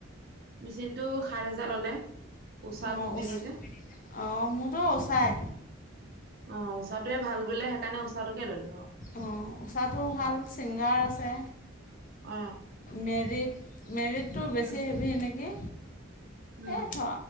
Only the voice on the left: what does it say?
অ
ওচাই
অ মোৰতো ওচাই
অঁ উঊষাটো ভাল ছিংগাৰ আছে
মেৰিট মেৰিটটো বেছি
হেভি এনেকৈ
এই